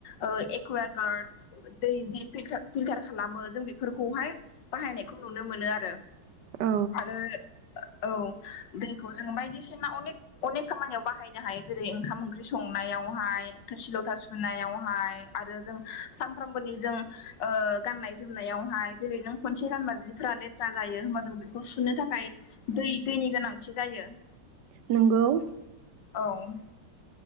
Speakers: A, on the left; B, on the right.
A: ओ ए एकुव गार्ड दै जि फिलटार खालामो जों बेफोरखौहाय बाहायनायखौ नुनो मोनो आरो । आरो
B: औ
A: औ दैखौ जों बायदिसिना अनेक अनेख खामानियाव बाहायनो हायो जेरै ओंखाम ओंख्रि सं संनायावहाय थोरसि लथा सुनायावहाय आरो जों सानफ्रामबोनि ओ जों गाननाय जोमनायावहाय जेरै नों खनसे गानबा जिफ्रा लेथ्रा जायो होमबा जों बेखौ सुनो थाखाय दै दैनि गोनांथि जायो ।
B: नोंगौ ।
A: औ ।